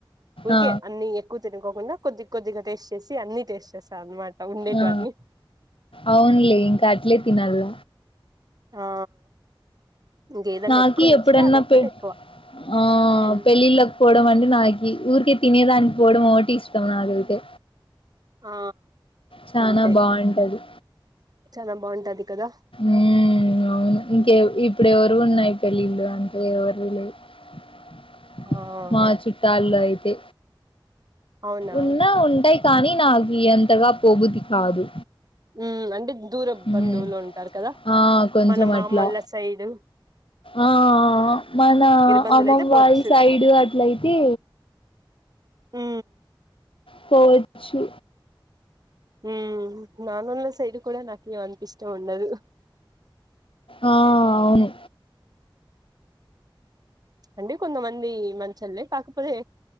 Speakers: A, on the right (about 45°); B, on the left (about 90°).
A: ఊరికే
B: ఆ
A: అన్ని ఎక్కు వ తినుకోకుండా కొద్ది కొద్దిగా టేస్ట్ చేసి అన్ని టేస్ట్ చేస్తారు అనమాట ఉండేటివన్నీ
B: ఆ అవునులే
A: ఉమ్.
B: ఇంకా అట్లే తిన్నల
A: ఆ ఇంకేదన్నా
B: నాకి
A: ఎక్కువ నచ్చితే
B: ఎప్పుడన్నా
A: అదొక్కటి
B: పె
A: ఎక్కువ
B: ఆ
A: మ్మ్
B: పెళ్ళిళ్ళకి పోడం అండి నాకి ఊ తినే దానికి పోవడం ఇష్టం నాకైతే
A: ఆ
B: చానా
A: అంతే
B: బాగుంటది
A: చాల బాగుంటది కదా
B: ఉ అవును ఇంకే ఇప్పుడు ఎవరు ఉన్నాయి పెళ్ళిళ్ళు అంటే <unintelligible>
A: ఆ
B: మా చుట్టాలో అయితే
A: అవునా
B: ఉన్నా ఉంటాయి కానీ నాకు అంతగా పోబుద్ధి కాదు
A: ఉ అంటే దూర
B: హ్మ్.
A: బంధువులు ఉంటారు కదా
B: ఆ! కొంచెం
A: మన మామోళ్ళ
B: అట్లా.
A: సైడు
B: ఆ మన
A: బంధువులు
B: అమ్మమ్మ
A: అయితే పోవచ్చు
B: వళ్ల్ సైడ్ అట్లయితే
A: ఉ
B: పోవచ్చు
A: ఉ నానున్న సైడ్ కూడ నాకే అంత ఇష్టం ఉండదు
B: ఆ అవును
A: అండి కొంతమంది మంచోల్లే కాకపోతే